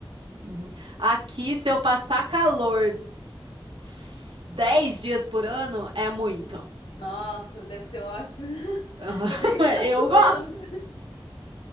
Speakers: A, on the right (about 75°); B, on the left (about 80°).
A: Uhum. Aqui, se eu passar calor s- 10 dias por ano, é muito.
B: Nossa, deve ser ótimo. <laughs>
A: <laughs>
B: Odeio ficar
A: Eu
B: suando,
A: gosto.